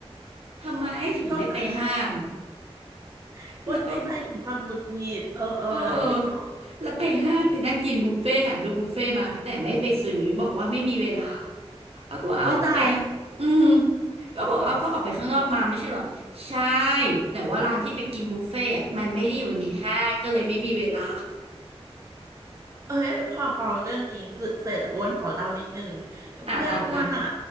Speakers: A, on the right; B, on the right.
A: ทำไมถึงไม่ไปห้าง
B: เข้าใจ <laughs> อ้วนเข้าใจถึงความหงุดหงิดเออเออแล้วไงต่อ
A: แล้วไปเออแล้วไปห้างไปนั่งกินบุฟเฟ่ต์ถ่ายรูปบุฟเฟ่ต์มาแต่ไม่ไปซื้อบอกว่าไม่มีเวลา เอาก็บอกเอาก็ไป
B: อุ้ยตาย
A: อืมก็บอกเอาก็ออกไปข้างนอกมาไม่ใช่เหรอ ใช่ แต่ว่าร้านที่ไปกินบุฟเฟ่ต์อะมันไม่ได้อยู่ในห้างก็เลยไม่มีเวลา
B: เอ้ยพอพอเรื่องนี้เสเสร็จแล้วอ้วนขอเล่านิดนึงก็เพื่อนอ้วนอ่ะ
A: อ่ะอ่ะอ่ะ